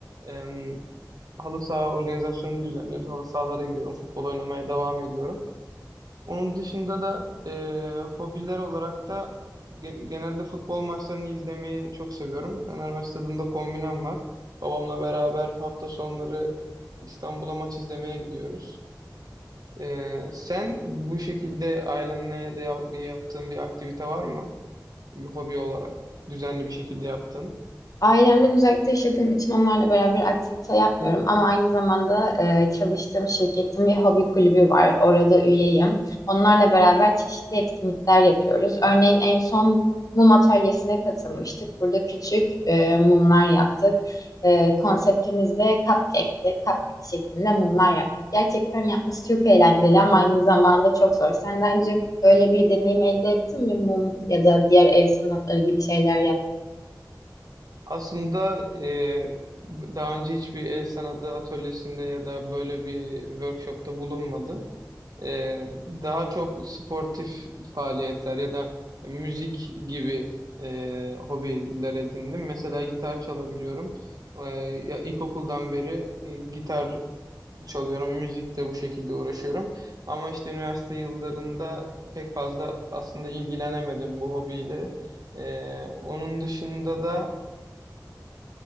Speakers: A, on the right; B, on the left.
A: e, halı saha organizasyonu düzenliyoruz. Halı sahalara gidiyorum, futbol oynamaya devam ediyorum. Onun dışında da e, hobiler olarak da ge- genelde futbol maçlarını izlemeyi çok seviyorum. Fenerbahçe stadında kombinem var. Babamla beraber hafta sonları İstanbul'a maç izlemeye gidiyoruz. E, sen bu şekilde ailenle ya da ya- bir yaptığın bir aktivite var mı? bir hobi olarak düzenli bir şekilde yaptın?
B: Ailemden uzakta yaşadığım için onlarla beraber aktivite yapmıyorum ama aynı zamanda e, çalıştığım şirketin bir hobi kulübü var. Orada üyeyim. Onlarla beraber çeşitli etkinlikler yapıyoruz. Örneğin en son mum atölyesine katılmıştık. Burada küçük e, mumlar yaptık. E, konseptimiz de cupcake'ti. Cupcake şeklinde mumlar yaptık. Gerçekten yapması çok eğlenceli ama aynı zamanda çok zor. Sen daha önce böyle bir deneyim elde ettin mi mum ya da diğer el sanatları gibi şeyler
A: Aslında e, daha önce hiçbir el sanatı atölyesinde ya da böyle bir workshopta bulunmadım. Ee, daha çok sportif faaliyetler ya da müzik gibi e, hobiler edindim. Mesela gitar çalabiliyorum. Ee, ya ilkokuldan beri e, gitar çalıyorum, müzikle bu şekilde uğraşıyorum. Ama işte üniversite yıllarında pek fazla aslında ilgilenemedim bu hobiyle. Ee, onun dışında da